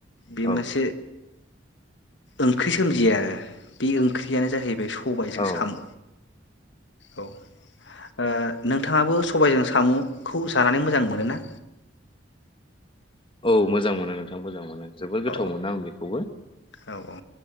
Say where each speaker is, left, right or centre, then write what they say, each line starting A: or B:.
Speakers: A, on the left; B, on the left.
A: बे
B: औ
A: मोनसे ओंख्रि सोमजियो आरो बे ओंख्रियानो जाहैबाय सबायजों
B: औ
A: साम' औ ओ नोंथाङाबो सबायजों सामुखौ जानानै मोजां मोनो ना?
B: औ मोजां मोनो नोंथां मोजां मोनो। जोबोद गोथाव
A: औ
B: मोनो आं बेखौबो औ
A: औ ओ